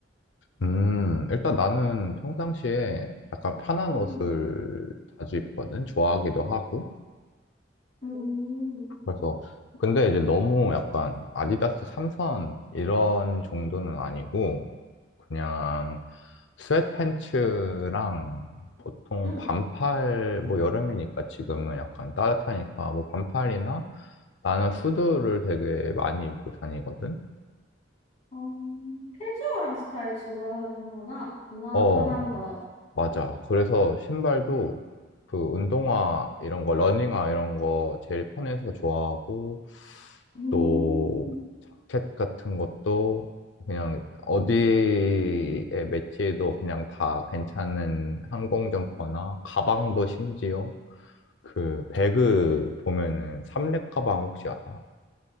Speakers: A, on the left (about 70°); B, on the left (about 35°).
A: 음, 일단 나는 평상시에 약간 편한
B: 음,
A: 옷을 자주 입거든. 좋아하기도 하고.
B: 음, 음,
A: 그래서, 근데 이제 너무 약간 아디다스 3선 이런 정도는 아니고, 그냥 스웨트팬츠랑 보통
B: 음,
A: 반팔, 뭐 여름이니까 지금은 약간 따뜻하니까 뭐 반팔이나 나는 후드를 되게 많이 입고 다니거든.
B: 어, 캐주얼한 스타일 좋아하는 거나, 구나,
A: 어,
B: 편한 거.
A: 맞아. 그래서 신발도 그 운동화 이런 거, 러닝화 이런 거 제일 편해서 좋아하고
B: 음,
A: 또 자켓 같은 것도 그냥 어디에 매치해도 그냥 다 괜찮은 항공 점퍼나 가방도 심지어 그 배그 보면은 삼렙 가방 혹시 알아?